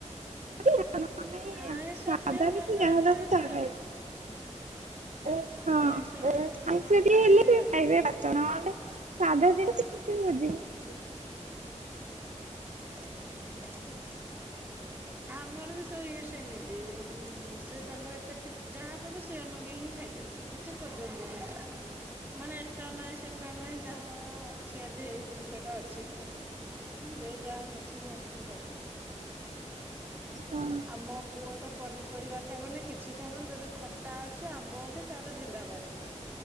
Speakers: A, on the right; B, on the right.
A: <unintelligible>
B: ଆଇଁଷ
A: ସାଧା
B: ପ୍ରିୟ
A: ବି
B: ଜଣେ
A: ଥିଲା
B: ଜଣେ
A: ହେଲେ
B: ଥାଆନ୍ତି
A: ମୁଁ ତାହା
B: ଆଉ।
A: ଖାଇଲି।
B: ଆଇଁଷ
A: ହଁ
B: ପ୍ରିୟ
A: ଆଇଁଷ
B: ଜଣେ ଜଣେ
A: ଟିକେ
B: ଥାଆନ୍ତି
A: ହେଲେ ବି
B: ଆଉ।
A: ଖାଇବେ ଭାତ ନହେଲେ ସାଧା ଦିନ ସେ କିଛି ବି ଖୋଜିବେନି।
B: ହୁଁ। ହୁଁ। ହୁଁ। ଆମର ବି ସେ ଇଏ ସେମିତି ଇଁ ସେ ତାଙ୍କର ଏତେ କିଛି ଯାହା ଦେବ ସେୟା ନଗେଇକି ହିଁ ଖାଇଦେବେ। କିଛି ଖୋଜନ୍ତିନି କିଛି <inaudible> ମାନେ ଏଟା ନାହିଁ ସେଟା ନାଇଁ ଯାହା ଯାହା ଅଛି ଆଜି ଏଇ ଜିନିଷ ଟା ଅଛି। ନା ନାହଁ ଦେ ଯାହା ଅଛି ସୋୟା ନଗେଇକି ଖାଇଦେବା।
A: ହଁ
B: <inaudible> ଆମ ପୁଅ ତ ପନିପରିବା ଖାଇବନି, କିଛି ଖାଇବନି ଯଦି ଖଟା ଅଛି, ଆମ୍ବ ଅଛି ତାର ଜିନ୍ଦାବାଦ।